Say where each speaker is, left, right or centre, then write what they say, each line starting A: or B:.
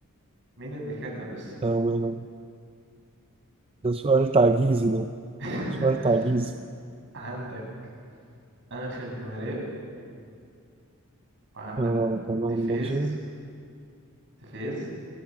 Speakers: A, on the right (about 55°); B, on the right (about 25°).
A: مين اللي كان لابسها؟
B: تمام ده سؤال تعجيزي ده
A: <laughs>
B: سؤال تعجيزي
A: عندك أنخيل دي ماريا وعندك
B: آه تمام
A: تيفيز
B: ماشي
A: تيفيز